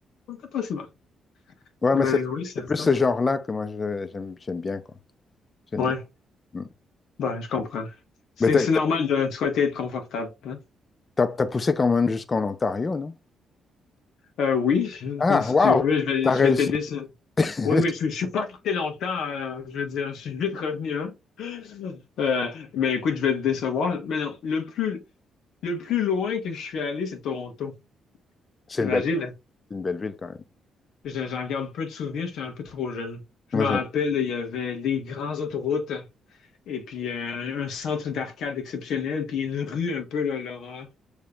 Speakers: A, on the left; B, on the left.
A: c'était pas si mal.
B: ouais
A: Mais
B: mais c'est
A: oui, c'est
B: c'est plus
A: ça.
B: ce genre-là que moi je- j'aime j'aime bien, quoi. J'aime
A: Ouais,
B: bien. Mm.
A: bah, je comprends. C'est
B: Mais t'as,
A: c'est
B: t'as,
A: normal de souhaiter être confortable. hein.
B: t'as- t'as poussé quand même jusqu'en Ontario, non?
A: Euh, oui, je-
B: Ah,
A: mais si
B: waouh!
A: tu veux, je vais,
B: T'as
A: je
B: réussi.
A: vais t'aider. sur-
B: <laughs>
A: Oui, mais je, je suis pas resté longtemps. euh, je veux dire, je suis vite revenu. hein. Euh, mais écoute, je vais te décevoir. Mais non, le plus, le plus loin que je suis allé, c'est Toronto.
B: C'est
A: T'imagines?
B: une belle, c'est une belle ville quand même.
A: Je- J'en garde peu de souvenirs, j'étais un peu trop jeune. Je
B: Moi
A: me
B: j'aime.
A: rappelle, il y avait des grandes autoroutes et puis euh, un centre d'arcade exceptionnel, puis une rue un peu, là, Laurent,